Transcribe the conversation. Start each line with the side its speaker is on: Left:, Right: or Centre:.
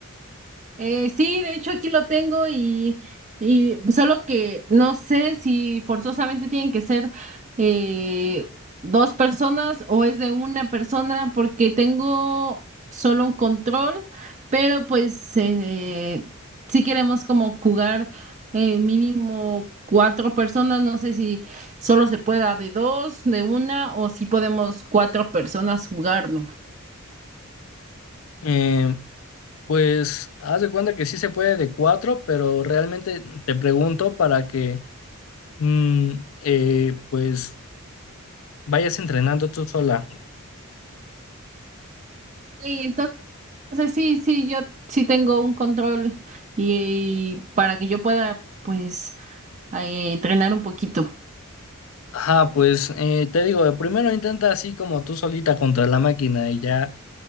Right: Eh, sí, de hecho aquí lo tengo y, y solo que no sé si forzosamente tienen que ser eh, dos personas o es de una persona porque tengo solo un control, pero pues eh, si queremos como jugar eh, mínimo cuatro personas, no sé si solo se pueda de dos, de una o si podemos cuatro personas jugarlo.
Left: Eh, pues haz de cuenta que sí se puede de cuatro, pero realmente te pregunto para que mm, eh, pues vayas entrenando tú sola.
Right: Sí, Entonces sí, sí, yo sí tengo un control y, y para que yo pueda pues eh, entrenar un poquito.
Left: Ajá, pues eh, te digo, primero intenta así como tú solita contra la máquina y ya,